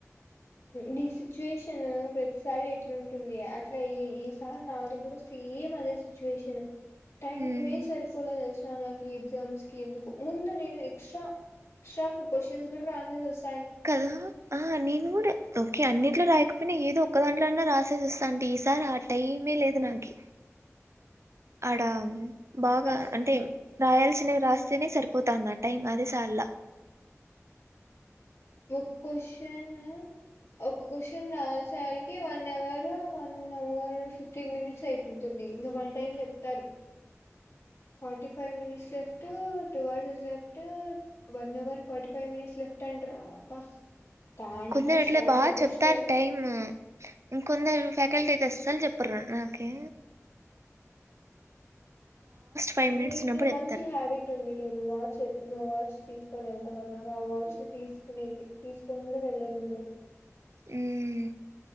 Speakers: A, on the left (about 60°); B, on the right (about 60°).
A: నీ సిచ్యుయేషన్ ప్రతిసారి ఎట్లాంటుంది అట్లా ఈ ఈ సారి నాది కూడా సేమ్ అదే సిచ్యువేషన్ టైమే
B: ఉమ్
A: సరిపోలే తెసనా కి ఎగ్జామ్స్ కి ఎందుకు ముందు నేను ఎక్సట్రా ఎక్సట్రా క్యూషన్స్ కూడా రాసేసి ఒచ్చిన
B: కదా అహ నేను కూడా ఓకే అన్నిట్లో రాకపోయినా ఏదో ఒక్కదాంలో అన్నా రాసేసి వస్తా అంటి ఈసారి ఆ టైమే లేదు నాకి ఆడ బాగా
A: అస్
B: అంటె రాయాల్సినవి వస్తేనే సరిపోతాంద టైం అదే సలా
A: ఒక క్వశ్చను ఒక క్వశ్చన్ రాసల్కి one hour one hour fifteen minutes అయిపోంటుంది ఇంకా వాళ్ళ టైం చెప్తారు forty five minutes left two hours left one hour forty five minutes left అంటారు అబ్బా దాంట్లో
B: కొందరు అట్లా
A: షార్ట్స్
B: బాగా
A: అడ్జస్ట్
B: చెప్తారు
A: చేయలే
B: టైమ్ ఇంకొందరు ఫ్యాకల్టీ అయితే వస్తలు చెప్ అప్పుర ఒకే ఫైవ్ మినిట్స్
A: మీకి
B: ఉన్నప్పుడు
A: మంచి
B: చెప్తారు
A: హ్యాబిట్ ఉంది నేను వాచ్ నో వాచ్ తీసుకొని వెళ్తావారు నాక ఆ వాచ్ తీసుకుని తీసుకుని కూడా వెళ్ళాను నేను
B: హ్మ్మ్